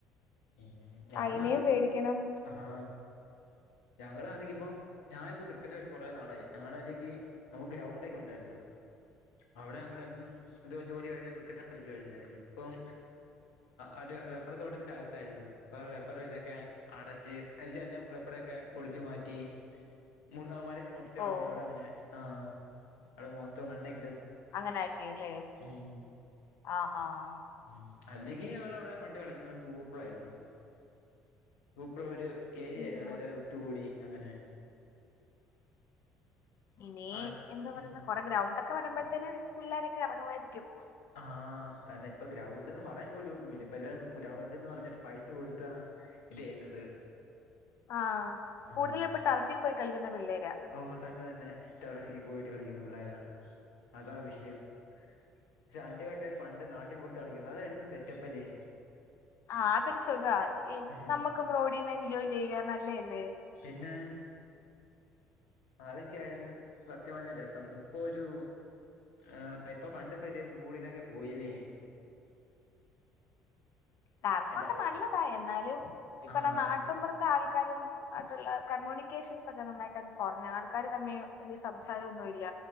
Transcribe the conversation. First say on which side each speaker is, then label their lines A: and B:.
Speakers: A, on the left (about 70°); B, on the left (about 50°).
A: മ് ഞാന
B: അയിനേം
A: ആദ്യം
B: പേടിക്കണം
A: ആ ഞങ്ങളാണെങ്കി ഇപ്പം ഞാനിപ്പം ക്രിക്കറ്റ് കൊറെേ നാളായി ഞങ്ങള അ മ്മക്ക് ഗ്രൗണ്ട ഒക്കെ ഉണ്ടായി അവിടെ ഞങ്ങൾ എന്നും ഇത് വെച്ച് ജോലി കഴിഞ്ഞാൽ ക്രിക്കറ്റ് കളിക്കുായിരുന്നു ഇപ്പം അത് ഒരു റബ്ബർ തോട്ടത്തിന്റെ അകത്തായിരുന്നു ഇപ്പ റബ്ബർ ഇതൊക്കെ അടച്ച് എല്ലാം റബ്ബറൊക്കെ പൊളിച്ചു മാറ്റി മോ മര മുറിച്ച് കളഞ്
B: ഓഹ്
A: ആ അവ്ടെങ്ങന ആ് അവിടെ മൊത്ത മണ്ണാക്കി
B: അങ്ങനെ ആക്കില്ലേ
A: ഉം
B: ആഹ് ആഹ്
A: ഉം അല്ലെങ്കിൽ ഞമ്മള വിടെ പണ്ട് കളിക്കുന്നടെ സൂപ്പറായ്രുന്നു സൂപർ ഒരു ഏരിയായിൽ
B: ഉം
A: ഞങ്ങൾ എല്ലരും ഒത്തുകൂടി അങ്ങനെ
B: ഇനി
A: ആ
B: എന്താ പറയുന്നെ
A: ഉം
B: കൊറെ ഗ്രൗണ്ട് ഒക്കെ ഒക്കെ പറയുമ്പഴത്തേന് പിള്ളാരൊക്കെ ഇറങ്ങുമായിരിക്കും
A: ആഹ തന്നെ ഇപ്പ ഗ്രൗണ്ട്ന്ന് പറയാൻ പോലും പലരും ഗൗണ്ട്ന്ന് പറഞ്ഞിട്ട് പൈസ കൊടുത്താണ് ഇത് ചെയ്യുന്നത്
B: ആ കൂടുതൽ
A: ആ
B: ഇപ്പൊ ടറഫിൽ പോയി കളിക്കുന്ന പിള്ളേരാ
A: ഓ തന്നെ തന്നെ ടറഫി പോയിട്ട് കളിക്കുന്ന പിള്ളോരാ അതാ വിഷയം <unintelligible> പണ്ട് നാട്ടിൻപുറത്ത് കളിക്കുന്നെ അതായിരുന്നു സെറ്റപ്പ് അല്ലേ
B: ആ അതൊരു സുഖ
A: ഉം
B: നമ്മുക്കും റോഡിൽന്ന് എൻജോയ് ചെയ്യാ നല്ലല്ലേ
A: പിന്നെ അതൊക്കെയ ആയിരുന്നു സത്യമ്പറഞ്ഞാ രസം ഇപ്പൊ ഒരു ആഹ ഇപ്പൊ പണ്ടത്തെരു മൂട് ഇതൊക്കെ പോയില്ലേ
B: കറക്കൊക്കെ
A: അല്ല
B: നല്ലതായി എന്നാലും ഇപ്പഞ്ഞ
A: ആഹ്
B: നാട്ടുംപോർത്തു ത്തെ ആൾക്കാരും ആയിട്ടുള്ള കമ്മ്യൂണിക്കേഷൻസ് ഒക്കെ നന്നായിട്ട്ത് കൊറഞ്ഞു ആൾക്കർ തമ്മി വല്യ സംസാരോന്നുല്ല